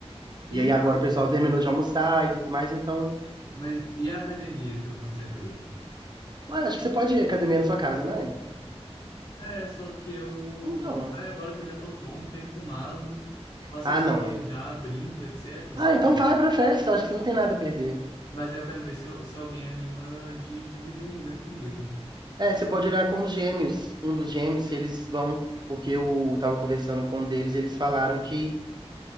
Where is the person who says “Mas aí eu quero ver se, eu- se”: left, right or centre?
Left